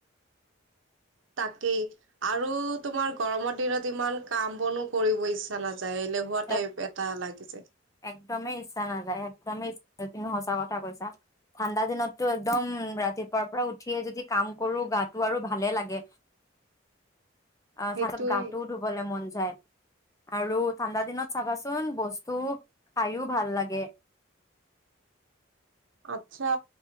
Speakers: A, on the right; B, on the left.
A: তাকেই আৰু তোমাৰ গৰমৰ দিনত ইমান কাম বনো কৰিব ইচ্ছা নাছিল যাই, এলেহুৱা টাইপ
B: এক
A: এটা লাগি যায়।
B: একদমেই ইচ্ছা নাযায় একদমেই ইচ্ছা নিযায়। তুমি সচা কথা কৈছা ঠাণ্ডা দিনততো একদম ৰাতিপুৱাৰ পৰা উঠিয়ে যদি কাম কৰো গাটো আৰু ভালে লাগে, অ'
A: সেইটোৱে।
B: তাৰছত গাটোও ধুবলৈ মন যা য়, আৰু ঠাণ্ডা দিনত চাবাচোন বস্তু খাইও ভাল লাগে,
A: আচ্ছা